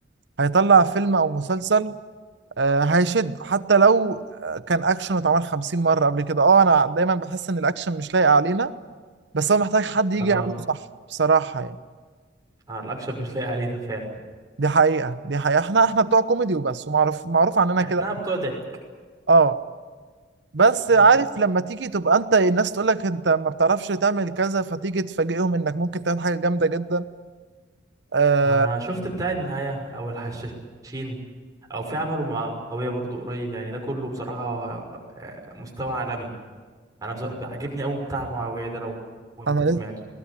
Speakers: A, on the right (about 70°); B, on the right (about 20°).
A: هيطلع فيلم او مسلسل آه، هيشد حتى لو آه، كان اكشن اتعمل 50 مرة قبل كده اه انا دايما بحس ان الاكشن مش لايق علينا بس هو محتاج حد يجي
B: اه,
A: يعمله صح بصراحة يعني
B: آه الاكشن مش لاقي علينا فعلا
A: دي حقيقة دي حقيقة احنا احنا بتوع كوميدي وبس ومعروف معروف عننا
B: احنا
A: كده
B: بتوع ضحك
A: اه بس عارف
B: مم.
A: لما تيجي تبقى انت الناس تقول لك انت ما بتعرفش تعمل كذا فتيجي تفاجئهم انك ممكن تعمل حاجة جامدة جدا آه
B: ما شفت بتاع النهاية او الحشاشين او في عمله معاوية برضو قريب يعني ده كله بصراحة آه، مستوى عالمي انا بز... عاجبني قوي بتاع معاوية ده لو لو انت
A: انا لسه
B: سمعته